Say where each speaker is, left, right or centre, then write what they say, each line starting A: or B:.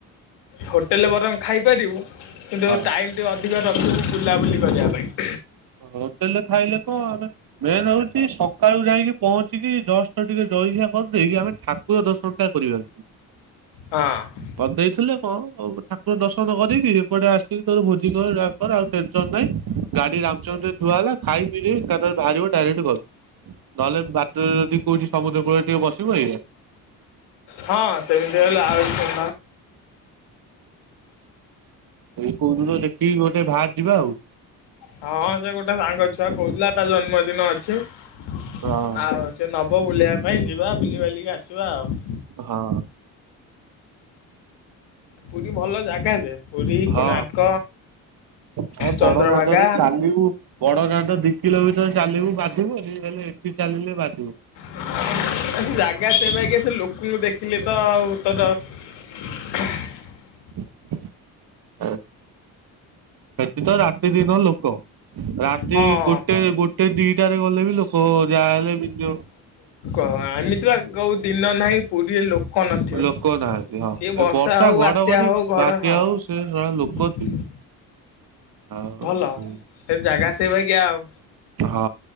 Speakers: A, on the left; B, on the right.
A: ହୋଟେଲ୍ ବରଂ ଖାଇପାରିବୁ କିନ୍ତୁ
B: ହଁ।
A: ଟାଇମ୍ ଟିକେ ଅ ଧିକ ରଖିବୁ ବୁଲାବୁଲି କରିବା ପାଇଁ।
B: ହୋଟେଲ ରେ ଖାଇଲେ ତ ମେନ ହଉଛି ସକାଳୁ ଯାଇକି ପହଞ୍ଚିକି ଜଷ୍ଟ ଟିକେ ଜଳଖିଆ କରିଦେଇକି ଆମେ ଠା କୁର ଦର୍ଶନଟା କରିବା।
A: ହଁ
B: କରିଦେଇଥିଲେ ହ‌ଉ ହଉ ଠାକୁର ଦର୍ଶନ କରିକି, ଏପଟେ ଆସିକି ତୋର ଭୋଜି କର, ଯାହା କର ଆଉ ଟେନ୍ସନ୍ ନାହିଁ। ଗାଡି ରାମଚଣ୍ଡିରେ ଥୁଆ ହେଲା। ଖାଇ, ପିଇ ଦେଇକି ଏକାଥରେ ବାହାରିବ ଡାଇରେକ୍ଟ ଘର୍ ନହେଲେ ବାଟରେ ଯଦି କହୁଛି ସମୁଦ୍ର କୂଳରେ ଟିକେ ବସିବ ଏଇଆ।
A: ହଁ ସେମିତି ହେଲେ ଆହୁରି <unintelligible> <inaudible>
B: ଏଇ କୋଉଦିନ ଦେଖିକି ଗୋଟେ ଭାରି ଯିବା ଆଉ।
A: ହଁ ସେ ଗୋଟେ ସାଙ୍ଗ ଛୁଆ କୋହୁଥିଲା ତା ଜନ୍ମଦିନ ଅଛି। ଆଉ
B: ହଁ
A: ସେ ନ ବ ବୁଲିବା ପାଇଁ ଯିବା ବୁଲିବାଲିକି ଆସିବା ଆଉ।
B: ହଁ।
A: ପୁରୀ ଭଲ ଜାଗା ଯେ ପୁରୀ
B: ହଁ,
A: କୋଣାର୍କ
B: ଆଉ
A: ଚନ୍ଦ୍ରଭାଗା
B: ବଡ ଦାଣ୍ଡରେ ଚାଲିବୁ ବଡ ଦାଣ୍ଡ ଦି କିଲୋମିଟର ଚାଲିବୁ ବାଧିବନି। ହେଲେ ଏଠି ଚାଲିଲେ ବାଧି
A: <inaudible> ଆ ଜାଗା ସେଇଆ ପା ଆଗେ ସେ ଲୋକଙ୍କୁ ଦେଖିଲେ ତ ଆଉ ତଦ <inaudible>
B: <inaudible> ଏ ସେଠି ତ ରାତି ଦିନ ଲୋକ। ରାତି
A: ହଁ
B: ଗୋଟେ ଗୋଟେ ଦିଇଟାରେ ଗଲେ ବି ଲୋକ ଯାହାହଲେ ମିନିୟମ
A: ଆ ଏମିତି କୋଉ ଦିନ ନାହିଁ ପୁରୀ ଲୋକ କନଥିବେ
B: ଲୋକ ନାହାନ୍ତି ହଁ
A: ସିଏ ବର୍ଷା
B: ଏ
A: ହୋଉ
B: ଘଡଘଡି
A: ବାତ୍ୟା ହୋଉ ଘଡ
B: ବାତ୍ୟା
A: ହଁ
B: ହଉ ସେ ଶଳା ଲୋକ ଥିବେ ଆଉ
A: ଭଲ ସେ ଜାଗା ସେ ବାଗିଆ ଆଉ।
B: ହଁ।